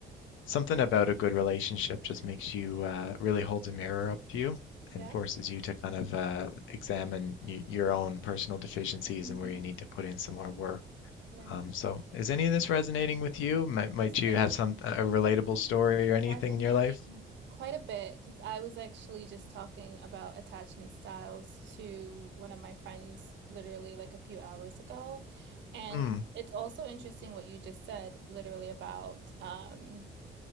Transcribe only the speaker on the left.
Something about a good relationship just makes you uh, really holds a mirror up to you
and forces you to kind of uh, examine y your own personal deficiencies
and where you need to put in some more work.
Um, so, is any of this resonating with you? Might, might
you
have some uh, a relatable story or anything
in your life?
Mm,